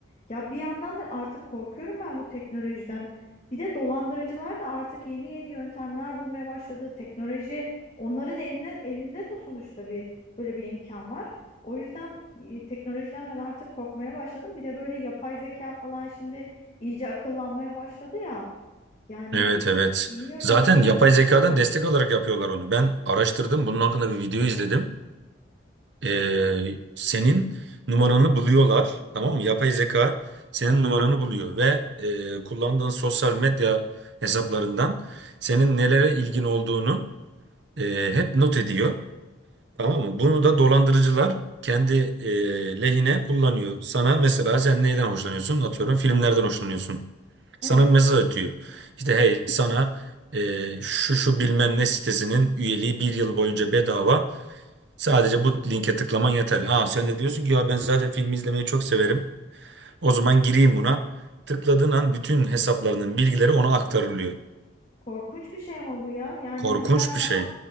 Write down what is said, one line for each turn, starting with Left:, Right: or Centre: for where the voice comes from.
Left: Ya bir yandan da artık korkuyorum ben bu teknolojiden. Bir de dolandırıcılar da artık yeni yeni yöntemler bulmaya başladı. Teknoloji onların eline, elinde de sonuçta bir böyle bir imkan var. O yüzden e, teknolojiden ben artık korkmaya başladım. Bir de böyle yapay zeka falan şimdi iyice akıllanmaya başladı ya. Yani
Right: Evet evet.
Left: bilmiyorum
Right: Zaten
Left: ben biraz
Right: yapay
Left: korkuyorum.
Right: zekadan destek alarak yapıyorlar onu. Ben araştırdım. Bunun hakkında bir video izledim. Ee, senin numaranı buluyorlar. Tamam mı? Yapay zeka senin numaranı buluyor ve e, kullandığın sosyal medya hesaplarından senin nelere ilgin olduğunu e, hep not ediyor. Tamam mı? Bunu da dolandırıcılar kendi e, lehine kullanıyor. Sana mesela sen neyden hoşlanıyorsun? Atıyorum filmlerden hoşlanıyorsun. Sana
Left: Evet.
Right: bir mesaj atıyor. İşte hey sana e, şu şu bilmem ne sitesinin üyeliği bir yıl boyunca bedava. Sadece bu linke tıklaman yeterli. Aa sen de diyorsun ki ya ben zaten film izlemeyi çok severim. O zaman gireyim buna. Tıkladığın an bütün hesaplarının bilgileri ona aktarılıyor.
Left: Korkunç bir şey ama bu ya. Yani
Right: Korkunç
Left: hani ben tamam
Right: bir şey.